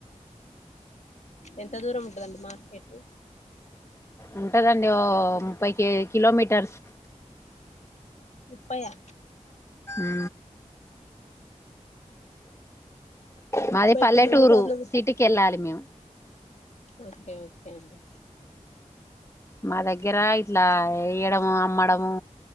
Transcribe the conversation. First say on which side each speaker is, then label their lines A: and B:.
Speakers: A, on the left (about 60°); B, on the left (about 20°).
A: ఎంత దూరం ఉంటందండి మార్కెట్
B: ఉంటదండి ఓ ముప్పైకి కిలోమీటర్స్
A: ముఫైయా
B: ఆ మాది
A: ముప్పై
B: పల్లెటూరు
A: కిలోమీటర్లు
B: సిటీకి వెళ్ళాలి మేము
A: ఓకే ఓకే అండి
B: మా దగ్గర ఇట్లా వేయడము అమ్మడము